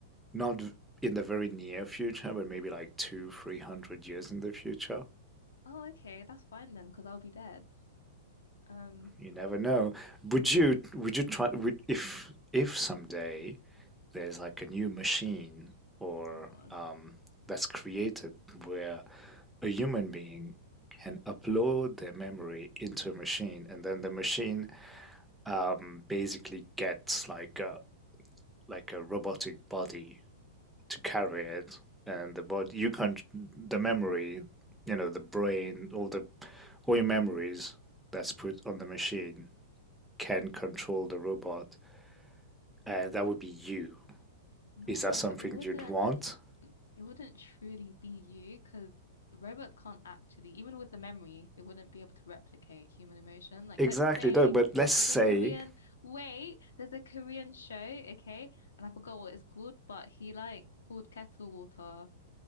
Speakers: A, in the centre; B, on the left (about 75°).
A: Not in the very near future, but maybe like two, three hundred years in the future.
B: Oh, okay, that's fine then, because I'll be dead. Um,
A: You never know. Would you would you try would, if if someday there's like a new machine or
B: oh God.
A: um, that's created where a human being can upload their memory into a machine, and then the machine um, basically gets like a like a robotic body to carry it and the body you can't the memory you know the brain all the all your memories that's put on the machine can control the robot and that would be you
B: No,
A: is that something
B: but it wouldn't
A: you'd want
B: it wouldn't truly be you because robots can't actually, even with the memory, it wouldn't be able to replicate human emotion. Like,
A: exactly
B: let's say
A: no but let's say
B: there's a Korean, wait, there's a Korean show, okay, and I forgot what it's called, but he like poured kettle water,